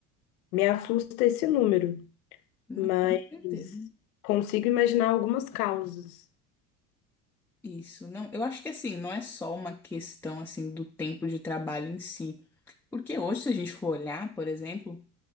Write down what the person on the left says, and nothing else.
Me assusta esse número,
mas
consigo imaginar algumas causas.